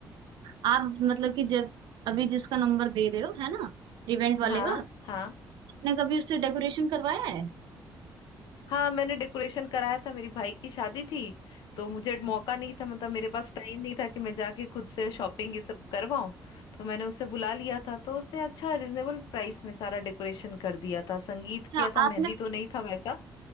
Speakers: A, on the right; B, on the left.
A: आप मतलब कि जब अभी जिसका नंबर दे रहे हो है ना इवेंट वाले
B: हाँ
A: का
B: हाँ
A: आपने कभी उससे डेकोरेशन करवाया है
B: हाँ मैंने डेकोरेशन कराया था मेरी भाई की शादी थी तो मुझे मौका नहीं था मतलब मेरे पास टाइम नहीं था कि मैं जाके खुद से शॉपिंग ये सब करवाऊं तो मैंने उसे बुला लिया था तो उसने अच्छा रिजनेबल प्राइस में सारा डेकोरेशन कर दिया था संगीत
A: अच्छा
B: किया था
A: आपने
B: मेहंदी तो नहीं था वैसा